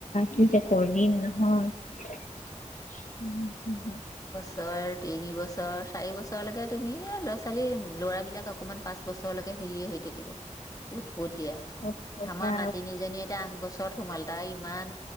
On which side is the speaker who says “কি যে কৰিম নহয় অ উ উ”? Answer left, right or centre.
Left